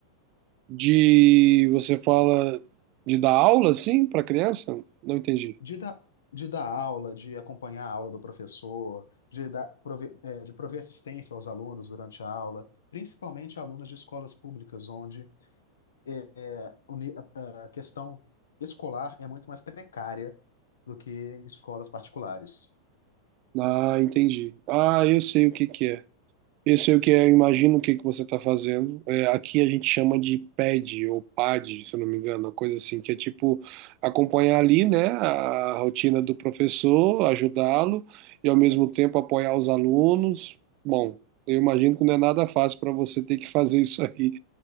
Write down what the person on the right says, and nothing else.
De você fala de dar aula, assim para criança? Não entendi.
Ah, entendi. Ah, eu sei o que que é. Eu sei o que é, eu imagino o que que você está fazendo. É, aqui a gente chama de pad ou pad, se eu não me engano, uma coisa assim, que é tipo acompanhar ali, né, a rotina do professor, ajudá-lo e ao mesmo tempo apoiar os alunos. Bom, eu imagino que não é nada fácil para você ter que fazer isso aí,